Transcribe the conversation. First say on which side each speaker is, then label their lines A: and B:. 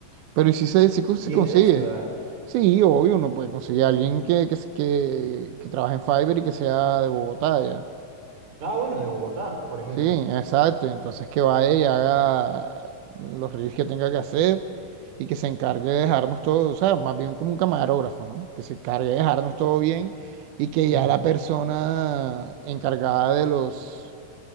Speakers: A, on the right (about 80°); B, on the right (about 60°).
A: Pero ¿y si se, si cons- se
B: Y
A: consigue?
B: es en la ciudad.
A: Sí, obvio, uno puede conseguir a alguien que, que, que, que trabaje en Fiverr y que sea de Bogotá, ya.
B: Ah, bueno, de Bogotá, por ejemplo.
A: Sí, exacto. Entonces que vaya y haga los reels que tenga que hacer y que se encargue de dejarnos todo, o sea, más bien como un camarógrafo, ¿no? Que se encargue de dejarnos todo bien y que
B: Ujú.
A: ya la persona encargada de los